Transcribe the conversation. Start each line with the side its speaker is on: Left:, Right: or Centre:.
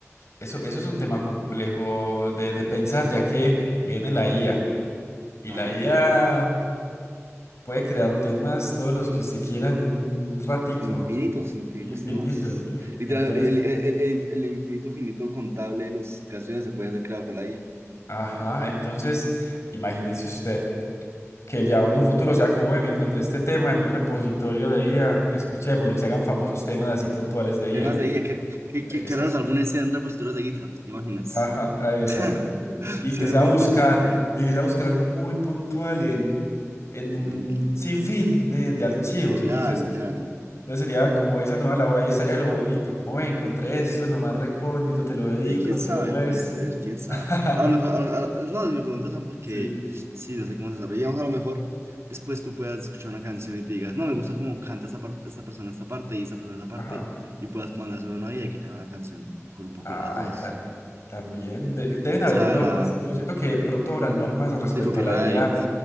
Left: Eso, eso es un tema complejo de, de pensar, ya que viene la IA. Y
Right: Ajá.
Left: la IA puede crear temas, todos los que usted quiera, en un ratico,
Right: Infinitos, infinitos
Left: infinito.
Right: temas. Literal,
Left: Entonces,
Right: el, el- el- el infinito finito contable de las canciones se puede hacer creado con la IA.
Left: ajá, entonces, imagínese usted. que ya en un futuro sea como, "Ey, me encontré este tema en un repositorio de IA, escuchémoslo y se hagan famosos temas así puntuales de
Right: Temas
Left: IA.
Right: de IA, que, que, que,
Left: Eso,
Right: que ahora los álbumes sean repositorios de GitHub, ¿te imaginas?
Left: ajá, ah, exacto.
Right: <laughs>
Left: Y
Right: Será
Left: que sea
Right: muy
Left: buscar,
Right: impresionante.
Left: y que sea buscar algo muy puntual en, en un
Right: Mm,
Left: sinfín de, de archivos.
Right: Claro,
Left: Entonces,
Right: claro.
Left: entonces sería como esa nueva labor, ahí estaría lo bonito, como, "Ve, encontré esto en lo más recóndito, te lo dedico,
Right: Sí, quién
Left: te
Right: sabe,
Left: lo muestro.
Right: puede ser, quién sabe.
Left: <laughs>
Right: A lo mejor, a lo- a lo- no, me preguntas Sam, porque
Left: Sí.
Right: sí, no sé cómo se desarrollamos. A lo mejor después tú puedas escuchar una canción y te digas, no, me gusta cómo canta esta parte, esta persona esta parte y esta persona esta parte,
Left: Ajá.
Right: y puedas mandar solo una y que te haga una canción con un poco
Left: Ay,
Right: de las dos.
Left: tam- también de- deben haber
Right: O sea,
Left: normas.
Right: la,
Left: Yo siento que pronto habrán normas respecto
Right: de copyright,
Left: a la IA,